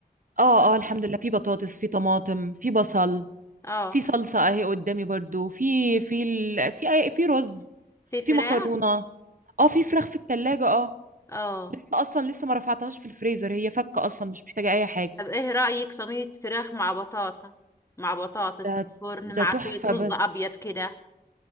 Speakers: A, on the right (about 55°); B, on the left (about 15°).
A: اه
B: مم.
A: اه الحمد لله في بطاطس في طماطم في بصل
B: اه
A: في صلصه اهي قدامي برضو في في ال... في أي... في رز
B: في فراخ
A: في مكرونه اه في فراخ في التلاجة اه
B: اه
A: لسه اصلا لسه ما رفعتهاش في الفريزر هي فكه اصلا مش محتاجه اي حاجه
B: طب ايه رأيك صينية فراخ مع بطاطا مع بطاطس
A: ده
B: في الفرن
A: ده
B: مع
A: تحفه
B: شوية رز
A: بس
B: ابيض كده